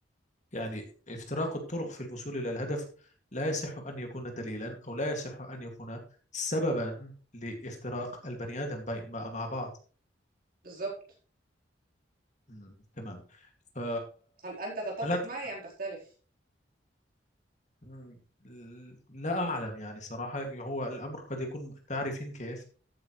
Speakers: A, on the left; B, on the right.
A: يعني افتراق الطرق في الوصول إلى الهدف لا يصح أن يكون دليلا أو لا يصح أن يكون سببا لافتراق البني آدم بي- مع مع بعض
B: بالظبط
A: مم، تمام ف
B: هل انت تتفق
A: لا ت-
B: معي ام تختلف
A: مم، لا أعلم يعني صراحة هو الأمر قد يكون تعرفين كيف